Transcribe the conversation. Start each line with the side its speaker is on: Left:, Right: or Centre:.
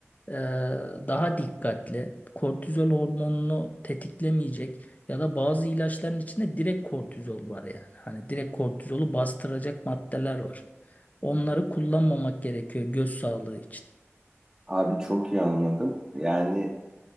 Left: e, daha dikkatli, kortizol hormonunu tetiklemeyecek ya da bazı ilaçların içinde direkt kortizol var yani. Hani direkt kortizolu bastıracak maddeler var. Onları kullanmamak gerekiyor göz sağlığı için.
Right: Abi çok iyi anladım. Yani